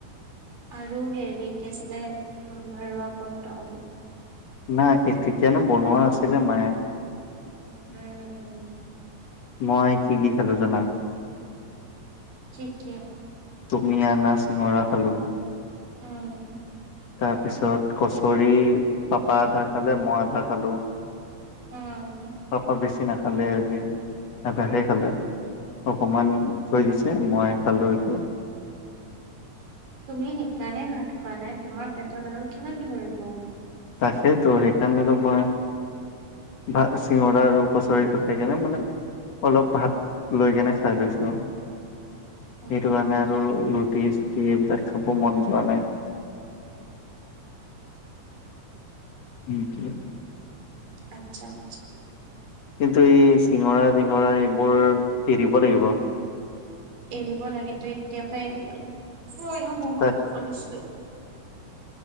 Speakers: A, on the right; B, on the left.
A: আৰু হেৰি কি আছিলে উ ভৰুৱা পটল <unintelligible>
B: নাই তেতিয়ানো বনোৱা নাছিলে মায়ে <unintelligible>
A: উম উম
B: মই কি কি খাঁলো জানা
A: ঠিকে
B: তুমি অনা চিঙৰা খালোঁ
A: উম
B: তাৰপিছত কচৰি পাপা আধা খালে মই আধা খালোঁ
A: উম
B: পাপা বেছি নাখালে আজি আভাসে খালে অকমান
A: উম।
B: থৈ গৈছে মই খালো এই তো
A: তুমি সেইকাৰণেই ভাত খোৱা নাই তোমাৰ পেটত আৰু কিমান ধৰিব
B: তাকেইতো সেইকাৰণেতো মই ভ চিঙৰা আৰু কচৰিটো খাই কিনে মানে অলপ ভাত লৈ কেনে খাই লৈছো সেইটো
A: উম,
B: কাৰণে আৰু ৰুটি চুটি এইবিলাক চাব মন যোৱা নাই উম <unintelligible>
A: আচ্ছা আচ্ছা
B: কিন্তু এই চিঙৰা তিঙৰা এইবোৰ এৰিব লাগিব
A: এৰিব লাগেতো এতিয়াৰ পাই এৰিব লাগে ময়ো
B: তাক
A: বহুত কৰিছো